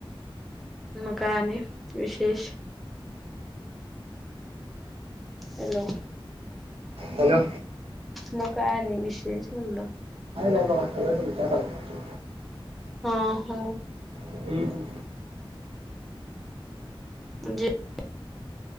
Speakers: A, in the centre; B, on the right.
A: म म काने विशेष हॅलो.
B: हॅलो
A: मग काय नाही विशेष म्हणलं.
B: म सगळे तुमच्या कलाचे
A: ह होा.
B: हम्.
A: जेवता